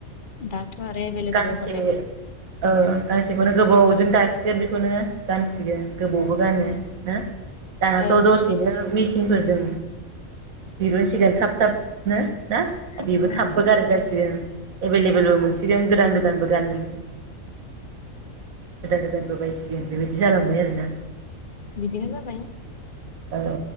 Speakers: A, on the left (about 45°); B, on the right (about 85°).
A: दाथ'आरो एभेललेबोल
B: गांसे
A: मोननाय
B: ओ गांसेखौनो गोबावजों दासिगोन बेखौनो गानसिगोन गोबावबो गानो हो। दानाथ
A: औ
B: दसिनि मि फोरजों दिरुनसिगोन थाब थाबनो। ना
A: उम
B: बेबो थाबबो गाज्रि जासिगोन। एभेलेबेलबो मोनसिगोन गोदान गोदानबो गाननो लगैसिगोन। गोदान गोदानबो बायसि जों बेबायदि जालांबाय आरोना?
A: बिदिनो जाबाय।
B: औ।